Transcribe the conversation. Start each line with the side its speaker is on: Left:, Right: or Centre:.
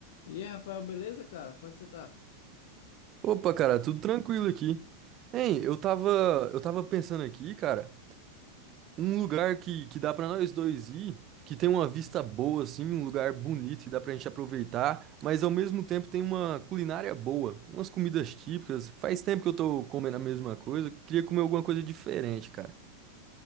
Left: E aí, Rafael, beleza, cara? Como é que você tá?
Right: Opa, cara, tudo tranquilo aqui. Hein, eu tava, eu tava pensando aqui, cara, um lugar que, que dá pra nós dois ir, que tem uma vista boa, assim, um lugar bonito que dá pra gente aproveitar, mas ao mesmo tempo tem uma culinária boa, umas comidas típicas. Faz tempo que eu tô comendo a mesma coisa, queria comer alguma coisa diferente, cara.